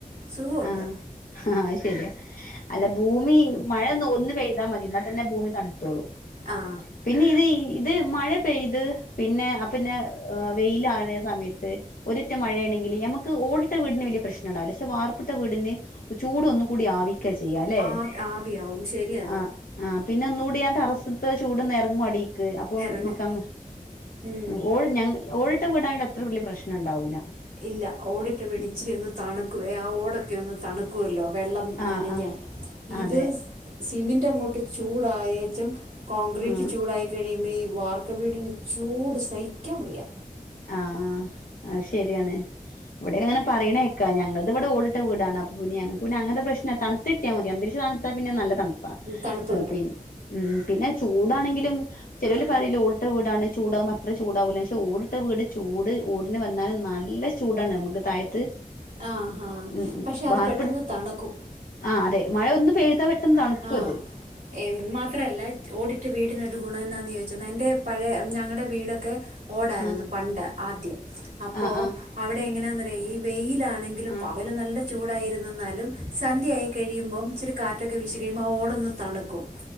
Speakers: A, on the right; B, on the left.
A: സുഖമുണ്ട്
B: ആ ഹഹ അയ്ശെരിയാ അല്ല ഭൂമി മഴ ഒ ന്ന് പെയ്ത മതി ന്നാതന്നെ ഭൂമി തണുത്തോളും
A: ആ
B: പിന്നെ ഇത് ഇത് മഴ പെയ്ത് പിന്നെ അ പിന്നെ വെയിൽ ആഹ്ണെ സമയത്ത് ഒര്ഇറ്റ് മഴ ആണേങ്കിൽ ഞമ്മക്ക് ഓടിട്ട വീടിൻ വല്യ പ്രശ്നംണ്ടാവൂല ക്ഷേ വർ പ്പിട്ട വീടിൻ ചൂട് ഒന്നും കൂടി ആവി ക്കാ ചെയ്യാല്ലെ
A: ആ ആവിയാവും ശരിയാ അത്
B: അഹ് അഹ് പിന്നെ ഒന്നുകൂടി ആ ടെറസ്ത്തെ ചൂട് ഒന്ന് എറങ്ങും അടി ക്ക് അപ്പൊ
A: ഇറങ്ങും
B: നിക്കന്ന്
A: ഉം
B: ആ ഓട് ഞാൻ ങ്ങൾ ഓടി ട്ട വീട് ആയോണ്ട് അത്രവല്യ പ്രശ്നം ണ്ടാവൂല
A: ഇല്ല ഓടിട്ട വീട് ഇച്ചിരി ഒന്ന് തണുക്കുവേ ആ ഓട് ഒക്കെ ക്കെ ഒന്ന് തണുക്കുവല്ലോ വെള്ളം
B: ആ
A: നനഞ്ഞ
B: ആ
A: ഇത്
B: അതെ
A: സിമിന്റ് അങ്ങോട്ട് ചൂടായേച്ചും കോൺക്രീറ്റ്
B: ആ
A: ചൂടായി കഴിയുമ്പോ ഈ വാർക്ക വീടിന്റെ ചൂട് സഹിക്കാൻ വയ്യ
B: ആ ആ അഹ്ശെരിആണ് വടെയൊക്കെങ്ങനെ പറിയ്ണേ കേക്ക ഞങ്ങൾത് വടെ ഓടിട്ട വീടാണ് അപ്പം പിന്നെ ഞങ്ങൾക്ക് പിന്നെ അങ്ങൻത്തെ പ്രശ്നം തണുത്ത് കിട്ടിയ മതി അന്താരിക്ഷം തണുത്ത പിന്നെ നല്ലെ തണ് പ്പ
A: തണുപ്പ്
B: ഹ്
A: കിട്ടും
B: പി മ്മ് പിന്നെ ചൂടാണെങ്കിലും ചേലോൽ പറയൊല്ലോ ഓടിട്ട വീടാണ് ചൂട് ആവുമ്പം അത്ര ചൂട് ആവൂല്ലാന്ന് ക്ഷേ ഓടി ട്ട വീട് ചൂട് ഓടിൻ വാന്നാൽ നല്ല ചൂട് ആണ് ഞമ്മക്ക് താഴത്ത്
A: ആഹ ഹാ
B: ഉം
A: പശേ അത്‌
B: വാർപ്പ്
A: പെട്ടൊന്ന് തണുക്കും
B: ആ അതെ <unintelligible>
A: ആഹ
B: അത്
A: എ ന്ന് മാത്രല്ല ഓടിട്ടവീടിനൊരു ഗുണോ ന്നാന്ന് ചോദിച്ചെന്നെ എന്റെ പഴെ മ് ഞങ്ങടെ വീടൊക്കെ ഓടായിര്ന്നു
B: ആ
A: പണ്ട് ആദ്യം അപ്പൊ
B: ആ ആ
A: അവിടെ എങ്ങനാന്ന് വെ വെയ് വെയിലാണ് ണെങ്കിലും
B: ആ
A: പകല് നല്ല ചൂടായിരുന്നെന്നാലും സന്ധയായി കഴിയുബം <unintelligible> ആ ഓടൊന്ന് തണ്ക്കും